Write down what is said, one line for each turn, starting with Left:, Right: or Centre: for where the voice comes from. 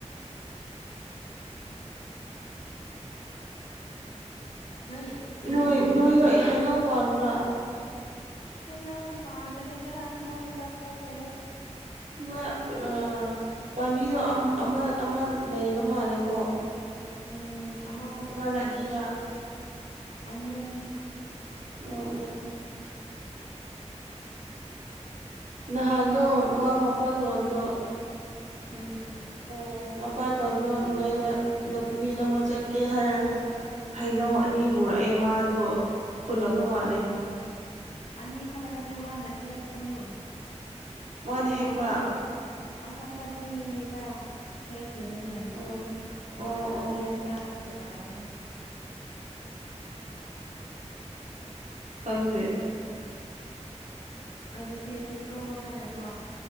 Left: ꯅꯣꯏ ꯏꯃꯨꯡꯁꯤꯡꯁꯦ
Right: ꯅꯣꯏ ꯅꯣꯏ ꯅꯣꯏ ꯍꯩꯅꯧ ꯄꯥꯟꯕ꯭ꯔꯥ
Left: ꯍꯩꯅꯧ ꯄꯥꯟꯗ꯭ꯔꯦꯗ ꯂꯣꯏ ꯆꯥꯊꯣꯛꯈ꯭ꯔꯦꯗ
Right: ꯅꯣꯏ ꯑ ꯄꯥꯝꯕꯤꯒꯥ ꯑꯃꯥ ꯑꯃ ꯂꯩꯕ ꯃꯥꯜꯂꯦꯀꯣ
Left: ꯎꯝ ꯑꯃꯥ ꯈꯛꯇꯥꯅꯦ
Right: ꯑꯃꯔ ꯑꯅꯤꯔ
Left: ꯑꯃꯅꯤ
Right: ꯎ ꯑꯣ ꯅꯍꯥꯟꯗꯣ
Left: ꯅꯪꯒꯤ ꯃꯔꯨꯞꯁꯤꯡꯗꯣ
Right: ꯃꯥꯃꯥ ꯃꯄꯥꯇꯣꯟꯗꯣ
Left: ꯎꯝ
Right: ꯑꯣ ꯃꯄꯥꯇꯣꯟꯗꯣ ꯅꯣꯏꯗ ꯅꯥꯀꯨꯞꯄꯤ ꯂꯧꯕ ꯆꯠꯀꯦ ꯍꯥꯏꯔꯒ ꯍꯩꯅꯧ ꯑꯅꯤ ꯄꯨꯔꯛꯑꯦ ꯃꯥꯗꯣ ꯈꯨꯜꯂꯛꯄ ꯃꯥꯜꯂꯦ
Left: ꯎꯝ ꯑꯅꯤ ꯈꯛꯇ ꯅꯠꯇꯦ ꯃꯥꯅ ꯍꯦꯛꯄꯅꯦ
Right: ꯃꯥꯅ ꯍꯦꯛꯄ꯭ꯔꯥ
Left: ꯑꯍꯨꯝ ꯃꯥ ꯑꯍꯨꯝ ꯃꯔꯤꯔꯥ ꯍꯦꯛꯈꯤꯕꯅꯦ
Right: ꯑꯣ ꯑꯣ
Left: ꯃꯥ
Right: ꯑꯣ
Left: ꯂꯝꯕꯤꯗ
Right: ꯑꯣ
Left: ꯆꯥꯕꯒꯤ ꯑꯣꯏꯔꯣꯅꯦ
Right: ꯍꯪꯗꯦ
Left: ꯑꯗꯨ ꯍꯦꯛꯀꯦꯀꯣ ꯍꯥꯏꯔꯀꯣ